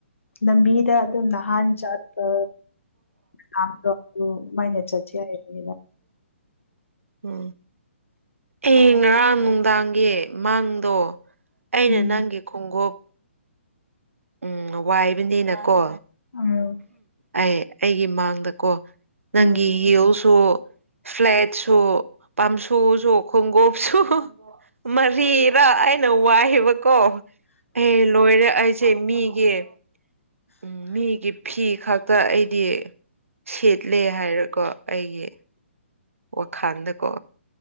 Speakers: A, on the left; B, on the right.
A: ꯂꯝꯕꯤ ꯗ ꯑꯗꯨꯝ ꯅꯍꯥꯟ ꯆꯠꯄ ꯃꯝꯗꯣ ꯑꯗꯨꯃꯥꯏꯅ ꯆꯠꯁ ꯍꯥꯏꯕꯅꯤꯗ
B: ꯎꯝ ꯑꯦ ꯉꯔꯥꯡ ꯅꯨꯡꯗꯥꯡꯒꯤ ꯃꯥꯡꯗꯣ ꯑꯩꯅ
A: ꯎꯝ
B: ꯅꯪꯒꯤ ꯈꯣꯡꯒꯨꯞ ꯎꯝ ꯋꯥꯏꯕꯅꯤꯅ ꯀꯣ
A: ꯎꯝ
B: ꯑꯩ ꯑꯩꯒꯤ ꯃꯥꯡꯗꯀꯣ ꯅꯪꯒꯤ
A: ꯎꯝ
B: ꯍꯤꯜꯁꯨ ꯐ꯭ꯂꯦꯠ ꯁꯨ ꯄꯥꯝꯁꯨ ꯁꯨ ꯈꯣꯡꯒꯣꯞꯁꯨ ꯃꯔꯤꯔꯥ ꯑꯩ ꯅ ꯋꯥꯍꯦꯕ ꯀꯣ ꯑꯩꯅ ꯂꯣꯏꯔ ꯑꯩ ꯃꯤꯒꯤ ꯎꯝ ꯃꯤꯒꯤ ꯐꯤ ꯈꯥꯛꯇ ꯑꯩꯗꯤ ꯁꯦꯠꯂꯦ ꯍꯥꯏꯔꯀꯣ ꯑꯩꯒꯤ ꯋꯥꯈꯥꯟꯗꯀꯣ